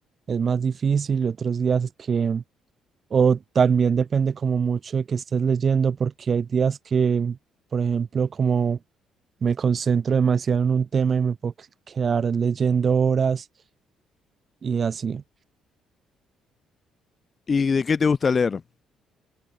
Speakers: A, on the right; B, on the left.
A: es más difícil y otros días que, o también depende como mucho de que estés leyendo, porque hay días que, por ejemplo, como me concentro demasiado en un tema y me puedo qu- quedar leyendo horas y así.
B: ¿Y de qué te gusta leer?